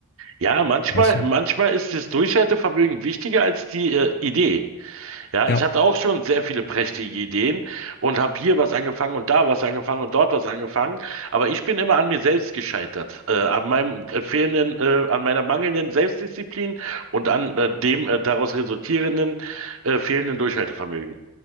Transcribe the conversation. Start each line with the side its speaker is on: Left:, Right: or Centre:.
Right: Ja, manchmal,
Left: Weißt du?
Right: manchmal ist das Durchhaltevermögen wichtiger als die, äh, Idee. Ja,
Left: Ja.
Right: ich hatte auch schon sehr viele prächtige Ideen und habe hier was angefangen und da was angefangen und dort was angefangen. Aber ich bin immer an mir selbst gescheitert, äh, an meinem äh, fehlenden, äh, an meiner mangelnden Selbstdisziplin und an äh, dem äh, daraus resultierenden äh, fehlenden Durchhaltevermögen.